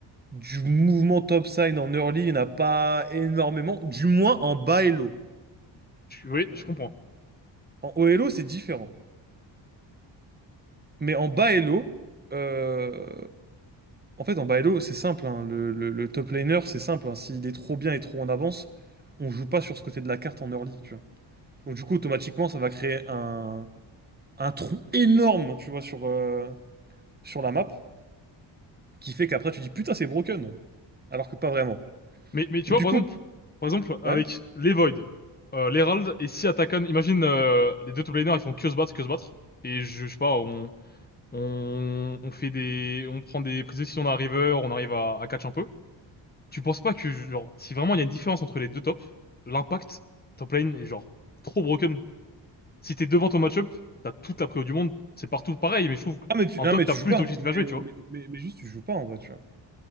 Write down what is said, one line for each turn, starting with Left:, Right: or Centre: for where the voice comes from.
Right: du mouvement topside en early, il n'y en a pas énormément, du moins en bas elo.
Left: Je- oui,
Right: tu
Left: je
Right: vois.
Left: comprends.
Right: En haut elo, c'est différent. Mais en bas elo, euh, en fait, en bas elo, c'est simple, hein, le, le- le top laner, c'est simple, hein, s'il est trop bien et trop en avance, on joue pas sur ce côté de la carte en early, tu vois. Donc du coup, automatiquement, ça va créer un, un trou énorme, tu vois, sur, euh, sur la map, qui fait qu'après tu dis putain, c'est broken. Alors que pas vraiment.
Left: Mais, mais tu
Right: Mais
Left: vois,
Right: du
Left: par
Right: coup,
Left: exemple, par exemple, avec
Right: ouais.
Left: les Void, euh, l'Herald et si Attackon, imagine euh, les deux top laners, ils font que se battre, que se battre. Et je, je sais pas, on, on, on fait des, on prend des prises de décision d'un river, on arrive à, à catch un peu. Tu penses pas que, genre, si vraiment il y a une différence entre les deux tops, l'impact top lane est genre trop broken. Si t'es devant ton match-up, t'as toute la préo du monde, c'est partout pareil, mais je trouve
Right: Ah, mais tu,
Left: qu'en
Right: ah,
Left: top,
Right: mais
Left: t'as
Right: tu
Left: plus
Right: joues pas.
Left: d'objectifs
Right: hein. Mais,
Left: à jouer, tu vois.
Right: mais, mais, mais juste, tu joues pas en vrai, tu vois.